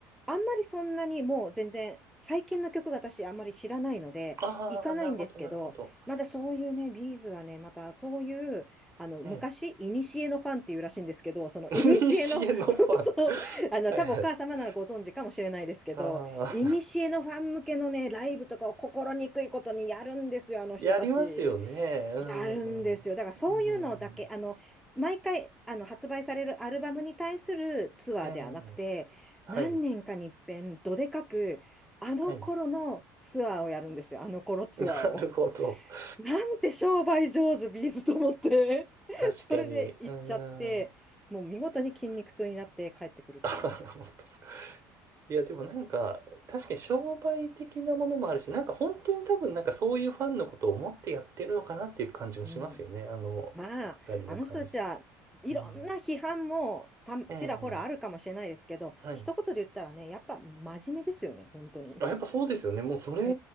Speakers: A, in the centre; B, on the right (about 40°).
A: あんまりそんなにもう全然、最近の曲が私あんまり知らないので、
B: ああ、
A: 行かないんですけど、
B: なるほど、なるほど。
A: まだそういうね、ビーズはね、またそういう、あの、
B: ええ。
A: 昔、いにしえのファンっていうらしいんですけど、そのいにしえの、
B: <laughs> 西へのファン。
A: <laughs> そう、
B: <laughs>
A: あの、
B: はいはい。
A: 多分お母様ならご存知かもしれないですけど、
B: ああ、
A: いにしえのファン向けのね、ライブとかを心にくいことにやるんですよ、
B: <laughs>
A: あの人たち。
B: やりますよね。うん、
A: やるんですよ。
B: うん。
A: だからそういうのだけ、
B: うん
A: あの、毎回、あの、発売されるアルバムに対するツアーではなくて、
B: ええ、はい、
A: 何年かに一遍、どでかく、あの頃のツアーをやるんですよ、
B: はい。
A: あの頃ツアーを。
B: <laughs> なるほど。<laughs>
A: なんて商売上手、ビーズと思って。<laughs>
B: 確かに。
A: それで行っちゃって、
B: うん。
A: もう見事に筋肉痛になって帰ってくるっていうね。
B: でも <laughs> あはは本当ですか。いや、でもなんか、確かに商売的なものもあるし、なんか本当に多分なんかそういうファンのことを思ってやってるのかなっていう感じもしますよね。
A: うん
B: あの、
A: まあ、
B: お二人の感じ。
A: あの人たちはいろんな批判もたちらほらあるかもしれないですけど、
B: うん。ええ、はい。
A: 一言で言ったらね、やっぱ真面目ですよね、本当に。
B: あ、やっぱそうですよね。もうそれ、
A: え